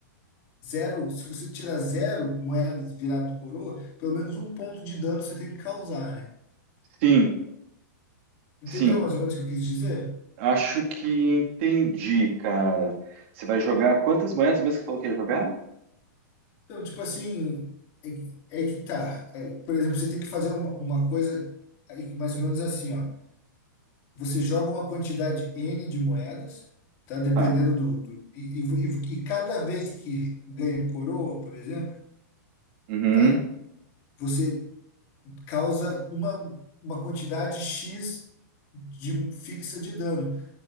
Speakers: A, on the left (about 30°); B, on the right (about 40°).
A: zero, se você tirar zero moedas virado coroa, pelo menos um ponto de dano você tem que causar, né?
B: Sim,
A: Entendeu
B: sim,
A: mais ou menos o que eu quis dizer?
B: Acho que entendi, cara. Você vai jogar quantas moedas mesmo que você falou que ia jogar?
A: Então, tipo assim, é, que é que tá. É, por exemplo, você tem que fazer uma, uma coisa aí, mais ou menos assim, ó. Você joga uma quantidade N de moedas, tá? Dependendo
B: Tá.
A: do, do- e, e, e- e cada vez que ganha coroa, por exemplo,
B: Uhum.
A: tá? Você causa uma, uma quantidade X de fixa de dano.